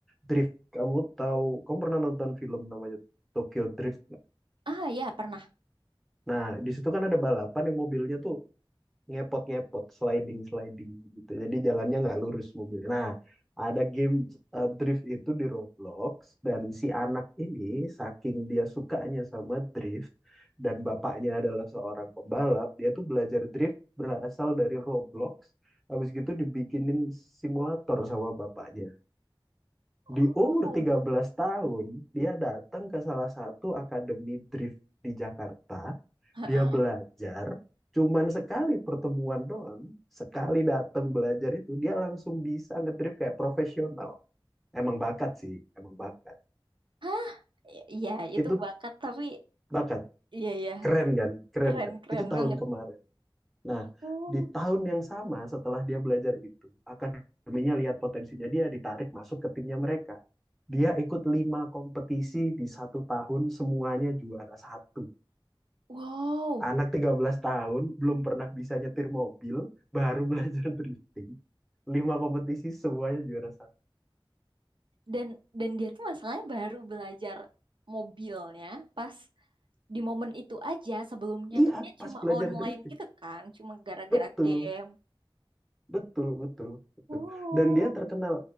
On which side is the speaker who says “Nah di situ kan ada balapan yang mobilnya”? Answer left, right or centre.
Centre